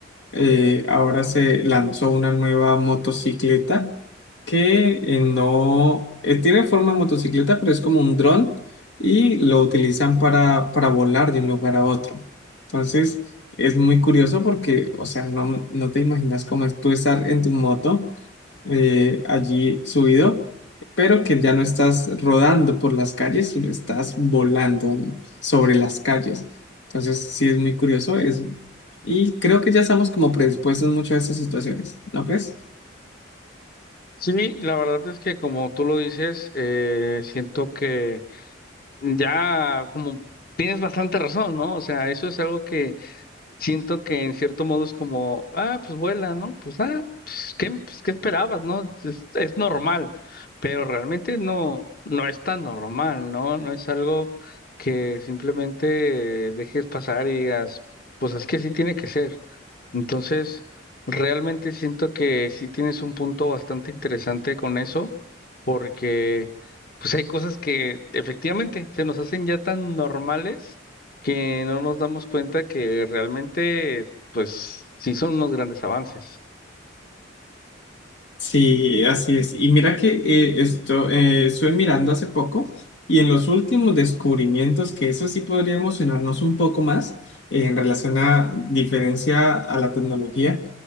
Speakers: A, on the left; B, on the left.
A: eh, ahora se lanzó una nueva motocicleta que eh, no eh, tiene forma de motocicleta, pero es como un dron y lo utilizan para, para volar de un lugar a otro. Entonces, es muy curioso porque, o sea, no, no te imaginas cómo es tú estar en tu moto eh, allí subido, pero que ya no estás rodando por las calles, sino estás volando sobre las calles. Entonces, sí es muy curioso eso. Y creo que ya estamos como predispuestos mucho a estas situaciones, ¿no crees?
B: Sí, la verdad es que como tú lo dices, eh, siento que ya como tienes bastante razón, ¿no? O sea, eso es algo que siento que en cierto modo es como, ah, pues vuela, ¿no? Pues, ah, pues, ¿qué, pues, ¿qué esperabas, no? Es, es normal, pero realmente no, no es tan normal, ¿no? No es algo que simplemente dejes pasar y digas, pues es que así tiene que ser. Entonces, realmente siento que sí tienes un punto bastante interesante con eso, porque pues hay cosas que efectivamente se nos hacen ya tan normales que no nos damos cuenta que realmente, pues, sí son unos grandes avances.
A: Sí, así es. Y mira que eh, esto eh, estuve mirando hace poco y en los últimos descubrimientos, que eso sí podría emocionarnos un poco más eh, en relación a diferencia a la tecnología,